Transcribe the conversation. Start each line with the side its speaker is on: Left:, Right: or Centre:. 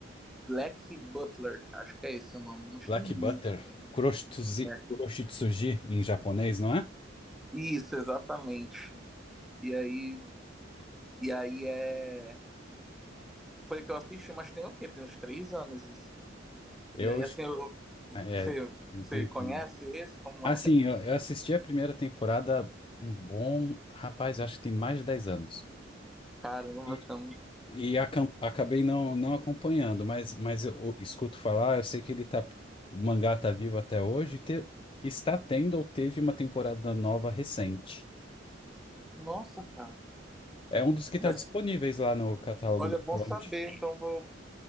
Centre: Black Butler, acho que é esse o nome, mas
Left: Black
Centre: tem muito.
Left: Butter, kuroshitsuji,
Centre: É.
Left: kuroshitsuji em japonês, não é?
Centre: Isso, exatamente. E aí, e aí é. Foi o que eu assisti, mas tem o quê? Tem uns três anos isso.
Left: Eu
Centre: E aí, assim, eu-
Left: é,
Centre: você, você
Left: tem,
Centre: conhece esse? Como
Left: assim,
Centre: é? <laughs>
Left: eu, eu assisti a primeira temporada um bom, rapaz, acho que tem mais de 10 anos.
Centre: Caramba,
Left: E,
Centre: também.
Left: e acam- acabei não, não acompanhando, mas, mas eu, eu escuto falar, eu sei que ele tá, o mangá tá vivo até hoje, e te- está tendo ou teve uma temporada nova recente.
Centre: Nossa, cara.
Left: É um dos que está
Centre: Nossa,
Left: disponíveis lá no catálogo
Centre: Olha,
Left: da
Centre: bom
Left: Crunch,
Centre: saber. Então, vou.